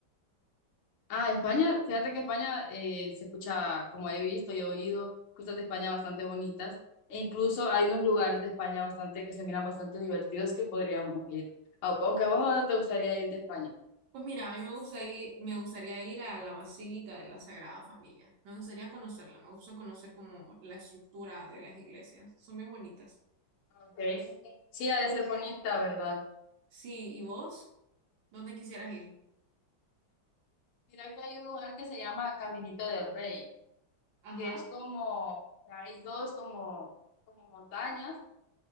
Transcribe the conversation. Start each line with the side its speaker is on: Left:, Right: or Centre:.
Left: Ah, España, fíjate que España eh, se escucha, como he visto y he oído, cosas de España bastante bonitas. E incluso hay unos lugares de España bastante que se miran bastante divertidos que podríamos ir. Au- Aunque a vos ahora te gustaría ir de España.
Right: Pues mira, a mí me gusta ir- me gustaría ir a la Basílica de la Sagrada Familia. Me gustaría conocerla, me gusta conocer como la estructura de las iglesias. Son bien bonitas.
Left: Okay. Sí, ha de ser bonita, ¿verdad?
Right: Sí, ¿y vos? ¿Dónde quisieras ir?
Left: Mira que hay un lugar que se llama Caminito del Rey,
Right: Ajá.
Left: que es como, hay dos como, como montañas